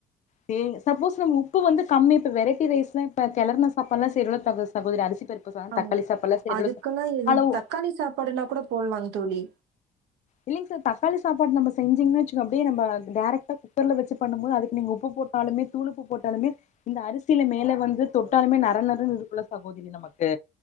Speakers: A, on the left (about 45°); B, on the right (about 85°).
A: சேரிங் சப்போஸ் நம்ம உப்பு வந்து கம்மி இப்ப வெரைட்டி ரைஸ்லா இப்ப கெளர்ன சாப்பாட்லா செய்றோல்ல தகோ சகோதரி அரிசி பருப்பு சாதம்
B: ஆமாங்
A: தக்காளி
B: தோழி
A: சாப்பாடுலா செய்றோல
B: அதுக்குனா இ
A: அளவு
B: தக்காளி சாப்பாடுன்னா கூட போட்லாங் தோழி
A: இல்லிங் ச தக்காளி சாப்பாடு நம்ம செஞ்சீங்னு வச்சுக்கொ அப்டியே நம்ம டேரெக்ட்டா குக்கர்ல வச்சு பண்ணம் போது அதுக்கு நீங்க உப்பு போட்டாலுமே தூளுப்பு போட்டாலுமே இந்த அரிசியில மேல வந்து தொட்டாலுமே நர நரன்னு இருக்குல்ல சகோதரி நமக்கு